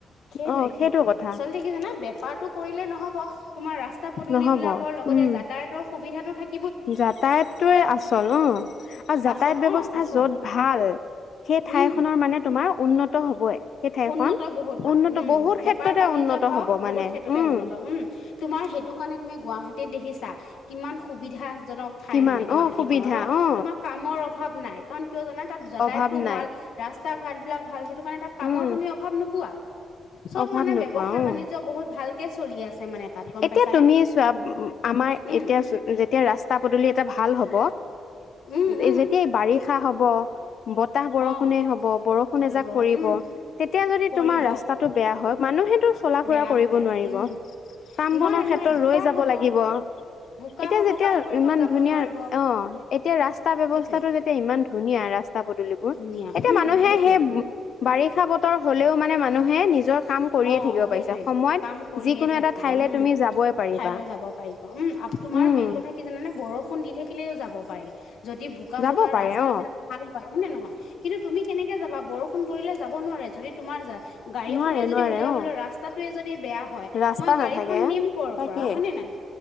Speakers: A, on the left; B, on the left.
A: সেইটোৱে-সেইটোৱে,
B: অ সেইটো কথা
A: আচলতে কি জানা? বেপাৰটো কৰিলে নহব, তোমাৰ ৰাস্তা-পদূলি
B: নহব
A: বিলাকৰ লগতে,
B: উম
A: যাতায়াতৰ সুবিধাটো থাক
B: যাতায়াতটোৱে আচল ন', আৰু যাতায়াত
A: আচল
B: ব্যৱস্থা
A: অ আচল
B: য'ত ভাল সেই ঠাইখনৰ
A: উম
B: মানে, তোমাৰ উন্নত হবই। সেই ঠাইখন
A: উন্নত বহুত ভাল
B: উন্নত
A: উম
B: বহুত
A: বেপাৰ
B: ক্ষেত্ৰ
A: বাণিজ্যত
B: তে উন্নত
A: হওক
B: হ'ব
A: বহুত
B: মানে।
A: ক্ষেত্ৰতে
B: উম!
A: উন্নত তোমাৰ সেইটো কাৰণে তুমি গুৱাহাটীত দেখিছা, কিমান সুবিধাজনক। ঠাই
B: কিমান
A: মানে গুৱাহাটী
B: অ সুবিধা
A: খনত হয়,
B: অ
A: তোমাৰ কামৰ অভাৱ নাই। কাৰণ কিয় জানা? তাত যাতায়তটো
B: অভাৱ নাই
A: ভাল। ৰাস্তা ঘাটবিলাক ভাল, সেইটো কাৰণে তাত কামৰ
B: উম
A: তুমি অভাৱ নোপোৱা। চব
B: অভাৱ
A: মানে
B: নোপোৱা
A: ব্যৱহায়
B: অ
A: বাণিজ্য বহুত ভালকে চলি আছে মানে। তাত গম
B: এতিয়া
A: পাইছানে
B: তুমি চোৱা! আমাৰ
A: উম
B: এতিয়া যেতিয়া ৰাস্তা পদূলি এটা ভাল হ'ব
A: উম উম
B: এই যেতিয়া বাৰিষা হব, ব তাহ বৰষুণেই
A: অ
B: হব, বৰষুণ
A: বতৰ
B: এজাক
A: বৰষুণ
B: পৰিব,
A: উম
B: তেতিয়া যদি
A: পৰিব
B: তোমাৰ ৰাস্তাটো বেয়া হয়, মানুহে টো চলা-ফুৰা
A: বেয়া
B: কৰিব
A: হয়
B: নোৱাৰিব।
A: উম
B: কাম
A: নোৱাৰে
B: বনৰ ক্ষেত্ৰত
A: নোৱাৰে বোকা
B: ৰৈ যাব
A: হব
B: লাগিব।
A: বোকা
B: এতিয়া
A: হব
B: যেতিয়া
A: কাম কৰিব
B: ইমান
A: যাব
B: ধুনীয়া
A: নোৱাৰিব
B: অ', এতিয়া ৰাস্তা ব্যৱস্থাটো
A: সেইটোৱে
B: যেতিয়া ইমান ধুনীয়া, ৰা ৰাস্তা-পদুলিবোৰ,
A: ধুনীয়া
B: এতিয়া
A: উম
B: মানুহে
A: সেইটোৱে
B: সেই বাৰিষা বতৰ হলেও মানে মানুহে নিজৰ কাম কৰিয়ে
A: অ
B: থাকিব
A: সেইটোৱে
B: পাৰিছে। সময়ত
A: কাম কৰিয়ে
B: কোনো
A: থাকিব
B: এটা ঠাইলে
A: উম
B: তুমি যাবই পাৰিবা।
A: ঠাইলৈ যাব পাৰিব উম তোমাৰ
B: উম।
A: মেইন কথা কি জানানে? বৰষুণ দি থাকিলেও যাব পাৰি। যদি বোকা
B: যাব
A: চোকা
B: পাৰে
A: ৰাস্তা
B: অ',
A: বিলাক ভাল হয়, হয়নে নহয়? কিন্তু তুমি কেনে কেনেকে যাবা বৰষুণ পৰিলে যাব নোৱাৰে, যদি তোমাৰ যা গাড়ীখনে
B: নোৱাৰে নোৱাৰে
A: যদি উলিয়াবলৈ
B: অ',
A: ৰা ৰাস্তাতোয়ে যদি বেয়া হয়,
B: ৰাস্তা
A: মই
B: নাথাকে
A: গাড়ীখন নিম কৰ
B: তাকে
A: পৰা হয়নে নাই।